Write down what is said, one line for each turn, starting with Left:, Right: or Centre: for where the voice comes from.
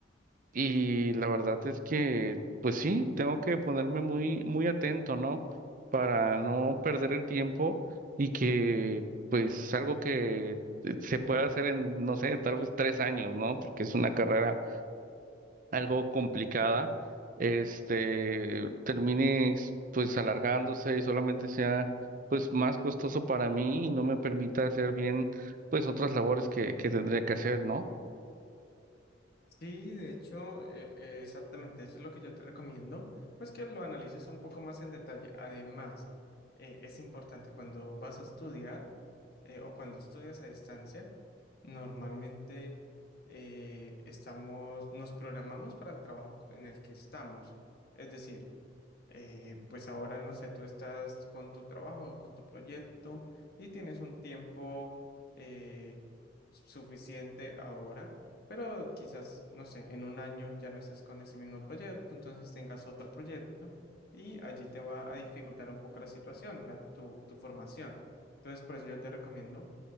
Right: y la verdad es que, pues sí, tengo que ponerme muy, muy atento, ¿no? Para no perder el tiempo y que, pues, algo que eh, se pueda hacer en, no sé, tal vez tres años, ¿no? Porque es una carrera algo complicada, este, termine pues alargándose y solamente sea pues más costoso para mí y no me permita hacer bien pues otras labores que, que tendría que hacer, ¿no?
Left: Sí, de hecho, eh, eh, exactamente eso es lo que yo te recomiendo, pues que lo analices un poco más en detalle. Además, eh, es importante cuando vas a estudiar eh, o cuando estudias a distancia, normalmente eh, estamos, nos programamos para el trabajo en el que estamos. Es decir, eh, pues ahora no sé, tú estás con tu trabajo, con tu proyecto y tienes un tiempo eh, suficiente ahora, pero quizás, no sé, en un año ya no estés con ese mismo proyecto, entonces tengas otro proyecto y allí te va a dificultar un poco la situación, la- tu tu formación. Entonces, por eso yo te recomiendo